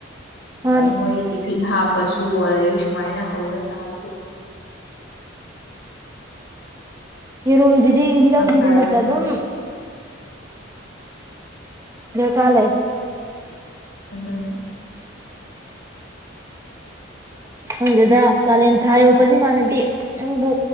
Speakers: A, on the right (about 15°); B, on the left (about 80°).
A: ꯃꯥꯅꯤ
B: ꯑꯗꯨ ꯃꯣꯏ ꯇ ꯐꯤꯟ ꯍꯥꯞꯄꯁꯨ ꯑꯗꯒꯤ ꯁꯨꯃꯥꯏꯅ ꯍꯧꯔ ꯁꯥꯕꯁꯨ
A: ꯌꯦꯔꯨꯝꯁꯤꯗꯤ ꯍꯤꯔꯝ ꯈꯨꯗꯤꯡꯃꯛꯇ
B: ꯀꯥꯏꯕꯅꯤꯅ
A: ꯑꯗꯨꯝ ꯅ ꯀꯥꯂꯥꯏ
B: ꯑꯗꯨ
A: ꯈꯪꯗꯦꯗ ꯀꯥꯂꯦꯟ ꯊꯥ ꯌꯔꯣꯛꯄꯁꯤ ꯏꯃꯥꯟꯅꯕꯤ ꯅꯪꯕꯨ